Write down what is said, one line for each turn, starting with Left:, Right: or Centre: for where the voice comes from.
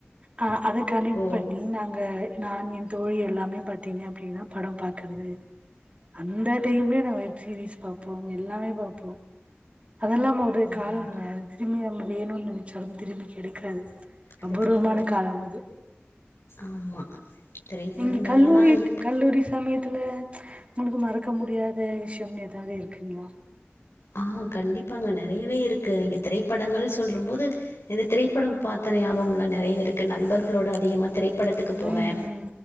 Right: அ அத கனெக்ட்
Left: ஓ
Right: பண்ணி நாங் க நான் என் தோழி எல்லாமே பாத்தீங்க அப்டீன்னா படம் பாக்கறது அந்த டைம்லே நாங்க வெப் சீரீஸ் பாப்போ எல்லாமே பாப்போ அதல்லா ஒரு
Left: ஆமா
Right: காலம்ங்க அது திரும்பி நம்ம வேணோனு நெனச்சாலு திரும்பி கெடைக்காது
Left: கிடைக்காது
Right: அபூர்வமான காலமது
Left: ஆமா திரைப்படங்கள்லா
Right: நீங்க கல்லூரி
Left: இப்ப
Right: கல்லூரி சமயத்துல உங்குளுக்கு மறக்க முடியாத விஷ்யம்னு எதாவது இருக்குங்களா
Left: ஆ கண்டிப்பாங்க நறையவே இருக்கு நீங்க திரைப்படங்கள்னு சொல்லும் போது இந்த திரைப்படம் பாத்த ஞாபகங்கள்லா நறையவே இருக்கு நண்பர்களோட அதிகமா திரைப் படத்துக்கு போவே
Right: ம் ம்